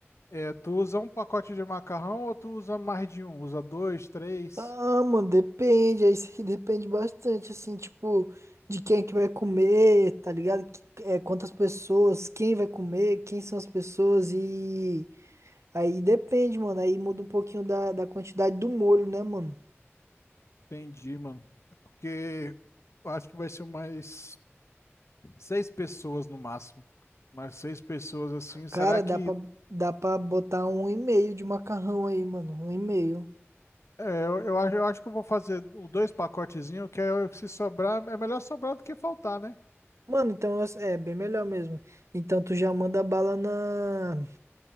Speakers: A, on the left; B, on the right.
A: É, tu usa um pacote de macarrão ou tu usa mais de um? Usa dois, três?
B: ah, mano, depende. Aí se <laughs> depende bastante, assim, tipo, de quem que vai comer, tá ligado? Que- É, quantas pessoas, quem vai comer, quem são as pessoas e... Aí depende, mano. Aí muda um pouquinho da, da quantidade do molho, né, mano?
A: Entendi, mano. Porque eu acho que vai ser mais seis pessoas no máximo. Mais seis pessoas assim. Será
B: Cara,
A: que.
B: dá pra, dá pra botar um e meio de macarrão aí, mano. Um e meio.
A: É, eu, eu acho, eu acho que eu vou fazer o dois pacotezinhos, que é, se sobrar, é melhor sobrar do que faltar, né?
B: Mano, então eu- é bem melhor mesmo. Então tu já manda bala na